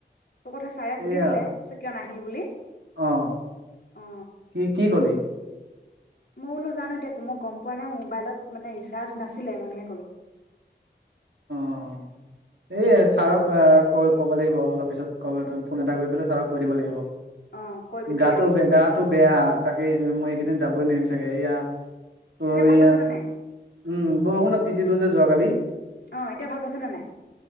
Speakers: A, on the left (about 65°); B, on the right (about 80°).
A: তোৰ কথা ছাৰে সুধিছিলে
B: এইয়া
A: পিছে কিয় নাহিল বুলি?
B: অ'
A: অ
B: কি কি কলি?
A: মই বোলো জানো এতিয়া মই গম পোৱা নাই মোবাইলত মানে ৰিচাৰ্জ নাছিলে মনেকে ক'লো।
B: অ, এই ছাৰক আ ক ক'ব লাগিব অলপ পিছত কল এট ফোন এটা কৰি পেলাই ছাৰক কৈ দিব লাগিব।
A: অ কৈ
B: গাটো
A: কৈ দিবি
B: - গাটো বেয়া তাকে মই
A: অ
B: এইকেইদিন যাবই নোৱাৰিম চাগে এয়া ত
A: এতিয়া ভাল
B: এ
A: পাইছ নে নাই
B: উম বৰষুণত তিতিলো যে? যোৱাকালি
A: অ এতিয়া ভাল পাইছ নে নাই